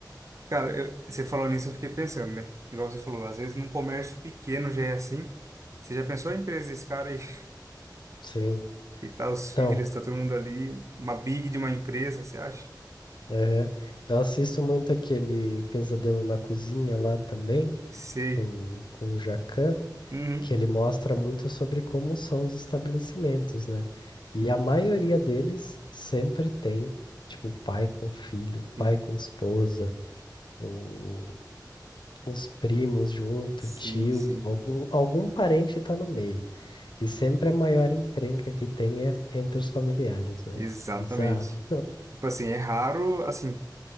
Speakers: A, on the right; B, on the left.
A: Cara, eu- você falou nisso, eu fiquei pensando, né? Igual você falou, às vezes num comércio pequeno já é assim. Você já pensou a empresa desse cara aí? <laughs>
B: Sim.
A: E tá os
B: Então,
A: filhos, tá todo mundo ali. Uma big de uma empresa, você acha?
B: aham. Eu assisto muito aquele Pesadelo na Cozinha lá também,
A: Sei.
B: com, com o Jacquin,
A: Uhum.
B: que ele mostra muito sobre como são os estabelecimentos, né? E a maioria deles sempre tem, tipo, pai com filho,
A: Sim,
B: pai com esposa, o- os primos junto,
A: sim,
B: tio,
A: sim.
B: algum, algum parente tá no meio. E sempre a maior encrenca que tem é entre os familiares, né?
A: Exatamente.
B: Bizarro.
A: Tipo assim, é raro, assim,